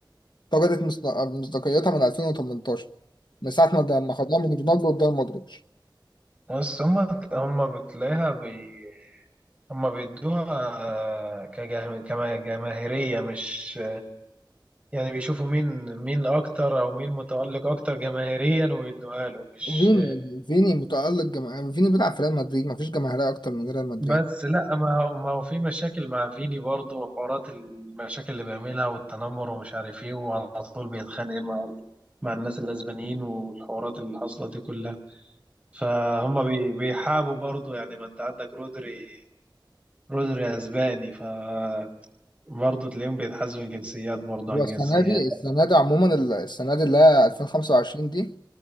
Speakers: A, on the left (about 65°); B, on the right (about 15°).
A: فقدت مصد- مصداقيتها من 2018 من ساعة ما ده- ما خدوها من رونالدو قدام مودريتش
B: بس هم هم بتلاقيها بي هم بيدوها آه، كجه- كما- كجماهيريه مش يعني بيشوفوا مين مين اكتر او مين متألق اكتر جماهيريا ويدوها له مش
A: فيني فيني متألق جماهير فيني بيلعب في ريال مدريد مفيش جماهيرية اكتر من ريال مدريد
B: بس لا ما هو ما هو في مشاكل مع فيني برضه وحوارات المشاكل اللي بيعملها والتنمر ومش عارف ايه وعلى طول بيتخانق مع مع الناس الاسبانيين والحوارات اللي حاصله دي كلها فهم بي- بيحابوا برضه يعني ما انت عندك رودري رودري اسباني فبرضه تلاقيهم بيتحازوا الجنسيات برضه عن
A: هو السنة
B: جنسيات
A: دي السنة دي عموما ال- السنة دي اللي هي 2025 دي